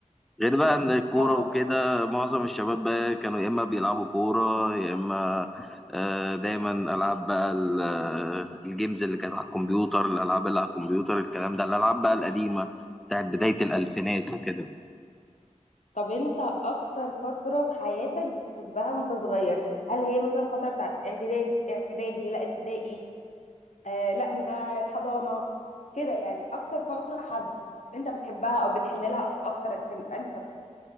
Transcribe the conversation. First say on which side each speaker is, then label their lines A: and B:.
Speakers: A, in the centre; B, on the left (about 70°).
A: غير بقى ان الكوره
B: اه
A: وكده معظم الشباب بقى كانوا يا اما بيلعبوا كوره يا اما آه، دايما العاب بقى ال- آه، الجيمز اللي كانت على الكمبيوتر الالعاب اللي على الكمبيوتر الكلام ده الالعاب بقى القديمه بتاعت بدايه الالفينات وكده
B: طب انت اكتر فترة في حياتك بتحبها وانت صغير هل هي مثلا فترة بتاعت اعدادي اعدادي لا ابتدائي آه لا ما الحضانة كده يعني اكتر فترة حب انت بتحبها او بتحن لها اكتر كانت انهي فترة